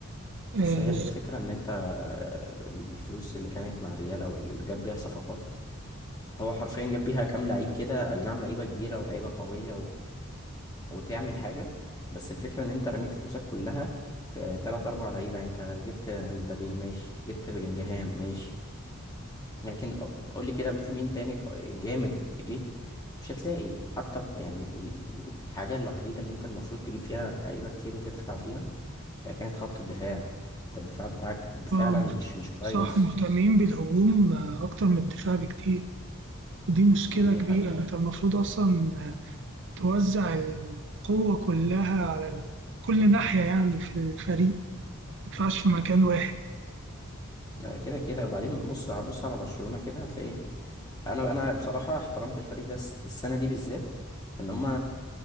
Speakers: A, on the right; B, on the left.
A: آه
B: بص هي الفكرة ان انت آه، الفلوس اللي كانت مع الريال او اللي جاب بيها صفقات هو حرفيا جاب بيها كام لعيب كده اي نعم لعيبه كبيره ولعيبه قويه و... وتعمل حاجه بس الفكره ان انت رميت فلوسك كلها في تلات اربع لعيبه انت جبت مبابي ماشي جبت بلينجهام ماشي لكن قول لي كده في مين تاني ق- جامد جه مش هتلاقي حتى يعني ال- ال- الحاجه الوحيده اللي انت المفروض تجيب فيها لعيبه كتير وتدفع فيها هي كانت خط الدفاع انت الدفاع بتاعك فعلا
A: آه، مهت...
B: مش مش كويس
A: صح مهتمين بالهجوم آه، أكتر من الدفاع بكتير ودي مشكلة
B: دي
A: كبيرة
B: حقيقة.
A: أنت المفروض أصلا آه، توزع القوة كلها على ال- كل ناحية يعني في الفريق ما ينفعش في مكان واحد
B: ده كده كده وبعدين بص بص على برشلونة كده هتلاقي انا انا بصراحة احترمت الفريق ده الس- السنة دي بالذات ان هم